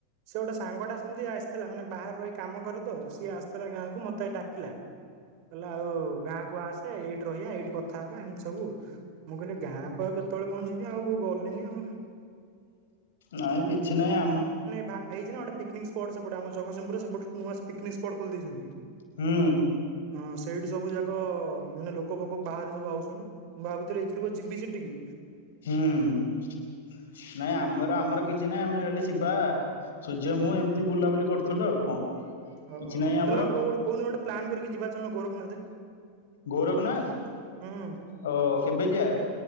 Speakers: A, on the right; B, on the left.
A: ସେ ଗୋଟେ ସାଙ୍ଗଟା ସେମିତି ଆସିଥିଲା ମାନେ ବାହାରେ ରହିି କାମ କରେ ତ ସିଏ ଆସିଥିଲା ଗାଁକୁ ମତେ ଡାକିଲା କହିଲା ଆଉ ଗାଁକୁ ଆସେ ଏଇଠି ରହିବା ଏଇଠି କଥା ହେବା ଏମିତି ସବୁ ମୁଁ କହିଲି ଗାଁକୁ ଆଉ କେତେବେଳେ କଣ ଯିବି ଆଉ ଗଲିନି ଆଉ।
B: ନାଇଁ କିଛି ନହିଁ ଆମ
A: ବା ହେଇଛି ନା ଗଟେ ପିକନିକ ସ୍ପଟ ସେପଟେ ଆମ ଜଗସିଂପରୁ ସେଟ ନୂଆ ପିକ୍ିକ ସ୍ପଟ ଖୋଲି ଦେଇଉଛନ୍ତି।
B: ହଁ।
A: ହଁ ସେଇଠି ସବୁ ଯାକ ମାନେ ଲୋକ ଫୋକକୁ ବାହାରେ ସବୁ ଆସଛନ୍ତି ମୁଁ ଭାବୁଥିଲି ଏଥିରୁ କ ଯିବି ସେଠ କି
B: ହୁଁ ନାଇଁ ଆମର ଆମର କିଛି ନାଇଁ ଆମେ ହେ ଶିବା। ସୂର୍ଯ୍ୟ ମୁଁ ଏମିତି ବୁଲାବୁଲି କରୁ ଥିଲୁ ଆଉ କଣ?
A: ଓହୋ
B: କିଛି ନାହିଁ ଆମର
A: ହେଲେ କଉ କୋଉ ଦିନ ଗୋଟେ ପ୍ଲାନ୍ କରିକି ଯିବା। <unintelligible>
B: ଗୌରବନାଥ
A: ହୁଁ।
B: ଓ। କେବେ ଯିବା?